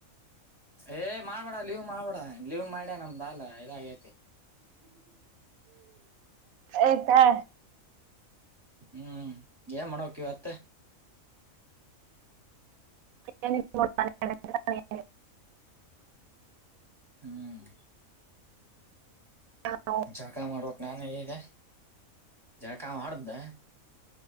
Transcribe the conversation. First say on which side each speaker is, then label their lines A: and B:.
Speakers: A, on the right; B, on the right.
A: ಏ್ ಮಾಡ್ಬೇಡ ಲೀವ್ ಮಾಡ್ಬೇಡ ಲೀವ್ ಮಾಡ್ಯಾ ನಮ್ದ ಅಲ್ಲ ಇದಾಗೈತಿ
B: ಎ ಹಾ
A: ಹ್ಮ್ ಏನ್ ಮಾಡ್ಬೇಕಕ್ವತ್ತೆ
B: ಹೂ ಎ
A: ಹ್ಮ
B: ಹಾ
A: ಜಳಕಾ ಮಾಡಬೇಕಕ್ ನಾನು ಹೀಗೆ ಜಳಕಾಯ ಮಾಡ್ದೆ